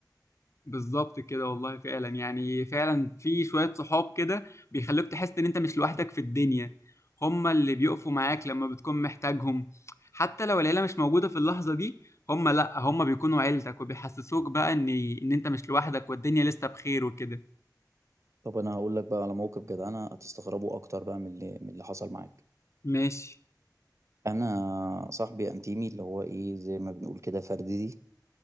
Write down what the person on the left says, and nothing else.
بالظبط كده والله فعلا يعني فعلا في شوية صحاب كده بيخلوك تحس ان انت مش لوحدك في الدنيا هما اللي بيقفوا معاك لما بتكون محتاجهم حتى لو العيلة مش موجودة في اللحظة دي هما لا هما بيكونوا عيلتك وبيحسسوك بقى ان ان انت مش لوحدك والدنيا لسه بخير وكده
ماشي